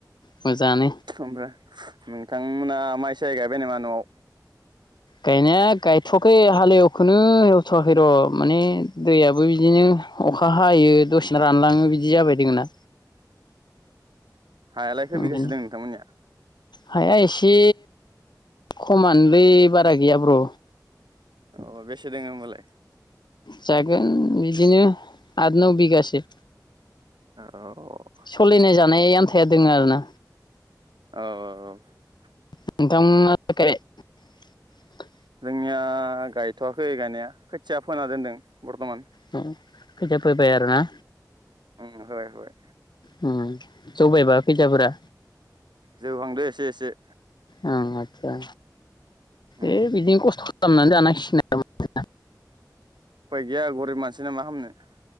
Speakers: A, on the left; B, on the right.
A: मोजाङानो।
B: ओमफ्राय नोंथांमोना माइ साय गायबाय नामा नआव?
A: गायनाया गाय थयाखै हालेवखौनो एवथवाखै र माने दैयाबो बिदिनो अखा हायो दसेनो रानलाङो बिदि जाबाय दोङोना।
B: हायालाय खै
A: उम
B: बिगासो
A: बिनि
B: दों नोंथांमोननिया
A: हाया एसे, खमानोलै बारा गैयाब्र
B: औ बेसे दोङो होमबालाय
A: जागोन बिस बिदिनो आद नौ बिगासो
B: अ औ
A: सोलिनाय जानाय आन्थाया दोङ आरो ना
B: औ औ औ
A: नोंथां <unintelligible>
B: जोंनिया गायथवाखै गायनाया खोथिया फोना दोनदों बर्थमान
A: अ खैथिया फैबाया आरोना
B: ओम होबाय होबाय
A: ओ जौबायबा खैथियाफोरा
B: जौहांदो एसे एसे
A: अ आतसा
B: उम
A: ए बिदिनो खस्थ खालामनानै जानांसिनो आरो <unintelligible>
B: उफाय गैया गरिब मानसि ना मा खालामामनो